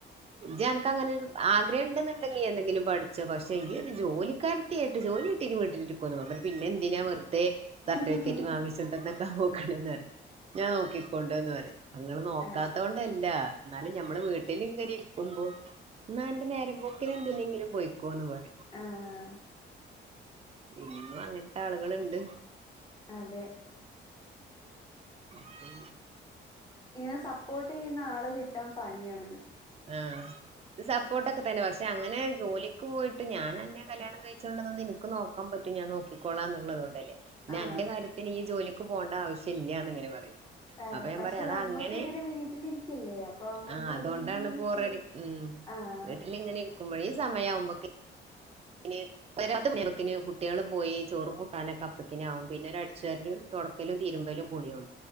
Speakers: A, on the right (about 30°); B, on the left (about 20°).
A: ജി അൻക്ക അങ്ങനെ ആഗ്രഹം ഉണ്ടുന്ന്ണ്ടെങ്കീ എന്തെങ്കിലും പഠിച്ചു ച്ചോ പക്ഷെ ഈ ഒരു ജോലിക്കാര്ത്തി ആയിട്ട് ജോലി കിട്ടി ജി വീട്ടിലിരിക്കുന്ന് പറഞ്ഞു പിന്നെ എന്തിനാ വെറുതെ
B: ആഹ്
A: സർട്ടിഫിക്കറ്റ് വാങ്ങിച്ചിുണ്ടന്നൊക്കെ നോക്കണന്ന് പറ ഞാൻ നോക്കിക്കൊണ്ടുന്ന് പറ അങ്ങൾ നോക്കാത്തോണ്ടല്ല
B: ആഹ്
A: എന്നാലും ഞമ്മള് വീട്ട വട്ടിങ്ങനെ ഇരിക്കുമ്പോാ നേരമ്പോക്കിനെ എന്തിനെങ്കിലും പോയ്ക്കോന്ന് പറിം
B: ആഹ്
A: ഇന്നും അങ്ങൻത്തെ ആളുകളുണ്ട്
B: അതെ
A: ആ അ
B: ഇങ്ങനെ സപ്പോർട്ട് ചെയ്യുന്ന ആളെ കിട്ടാൻ പണിയാണ്
A: ആഹ് ഇത് സപ്പോർട്ട് ഒക്കെ തന്നെ പക്ഷെ അങ്ങനെ ജോലിക്ക് പോയിട്ട് ഞാൻ അന്നെ കല്യാണം കഴിച്ചുകൊണ്ടന്നത് എനി ഇൻക്ക് നോക്കാൻ പറ്റും ഞാൻ നോക്കിക്കോളാന്നുള്ളത് കൊണ്ടല്ലേ പിന്ന
B: ആഹ്
A: എന്റെ കാര്യത്തിന് ഈ ജോലിക്ക് പോകേണ്ട ആവശ്യം ഇല്ല്യന്ന് ഇങ്ങനെ പറയും
B: ആ
A: അപ്പൊ ഞാൻ
B: പക്ഷെ
A: പറയാ അത
B: നമ്മക്ക്
A: അങ്ങനെ
B: ഇങ്ങനെ വീട്ടിലിരിക്കല്ലേ അപ്പൊ നമ്മക്ക്
A: ആഹ് അതുകൊണ്ടാണ്
B: എന്തെങ്കിലും ഒന്ന് ചെയ്ത്
A: ബോറടി ഉം
B: ആഹ്
A: വീട്ടിൽ ഇങ്ങനെ ഇരിക്കുമ്പോഴെ ഈ സമയാവുമ്പൊക്കെ പിന്നെ പെരേത്തെ പണി ഒക്കെ കുട്ടികളും പോയി ചോറും കൂട്ടാനൊക്കെ അപ്പക്കിന ആകും പിന്നെ ഒരു അടിച്ചാരു തുട മക്കലും തിരുമ്പലും കുളിയു